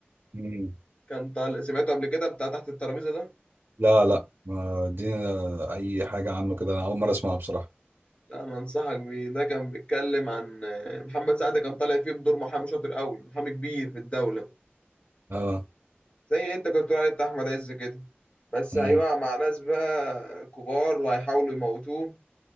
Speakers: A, on the right; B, on the left.
A: مم.
B: كان طال سمعته قبل كده بتاع تحت الترابيزة ده
A: لا لا ما ادينا اي حاجة عنه كده انا اول مرة اسمعها بصراحة
B: لا أنا أنصحك بيه ده كان بيتكلم عن آه، محمد سعد كان طالع فيه بدور محامي شاطر قوي محامي كبير في الدولة
A: اه
B: زي انت كنت بتقول عليه بتاع احمد عز كده بس
A: امم
B: هيقع مع ناس بقى كبار وهيحاولوا يموتوه